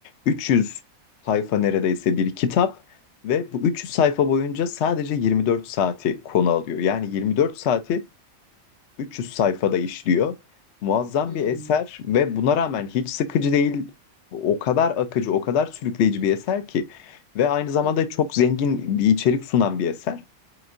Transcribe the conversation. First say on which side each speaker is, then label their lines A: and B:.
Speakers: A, on the left; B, on the left.
A: 300 sayfa neredeyse bir kitap ve bu 300 sayfa boyunca sadece 24 saati konu alıyor. Yani 24 saati 300 sayfada işliyor. Muazzam
B: Hmm,
A: bir eser ve buna rağmen hiç sıkıcı değil. O kadar akıcı, o kadar sürükleyici bir eser ki ve aynı zamanda
B: Hı hı.
A: çok zengin bir içerik sunan bir eser.